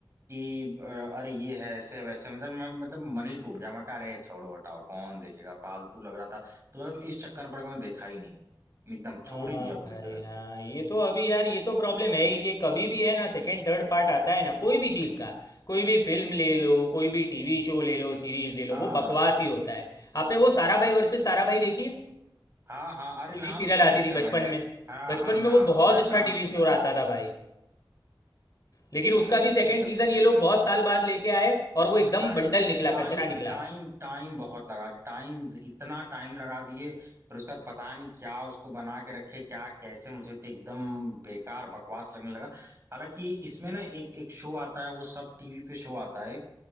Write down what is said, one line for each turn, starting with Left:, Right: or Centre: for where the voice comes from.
Right: कि अ, अरे ये है ऐसे वैसे मतलब मैं मतलब मन ही टूट गया मैं कहा अरे छोड़ो हटाओ कौन देखेगा फालतू लग रहा था तो मतलब इस चक्कर में पड़ के मैं देखा ही नहीं एकदम छोड़
Left: हाँ
Right: ही दिया पूरी
Left: भाई
Right: तरह से
Left: हाँ ये तो अभी यार ये तो प्रॉब्लम है ही कि कभी भी है ना सेकंड थर्ड पार्ट आता है ना कोई भी चीज़ का कोई भी फिल्म ले लो कोई भी टीवी शो ले लो सीरीज ले लो
Right: हाँ
Left: वो बकवास ही होता है आपने वो सारा भाई वर्सेस सारा भाई देखी है
Right: हाँ हाँ अरे
Left: टीवी
Right: नाम
Left: सीरियल
Right: सुना
Left: आती
Right: है इसका
Left: थी बचपन
Right: मैंने यार।
Left: में
Right: हाँ
Left: बचपन
Right: हाँ नाम
Left: में वो बहुत
Right: सुना है नाम
Left: अच्छा टीवी
Right: सुना
Left: शो
Right: है
Left: आता था भाई लेकिन उसका भी सेकंड
Right: इसका
Left: सीजन ये लोग बहुत साल बाद लेके आए और वो एकदम
Right: अरे
Left: बंडल निकला
Right: टाइम
Left: कचरा निकला
Right: टाइम टाइम बहुत लगा टाइम इतना टाइम लगा दिए फिर उसके बाद पता नहीं क्या उसको बना के रखे क्या कैसे मुझे तो एकदम बेकार बकवास लगने लगा हालांकि इसमें ना एक एक शो आता है वो सब टीवी पे शो आता है एक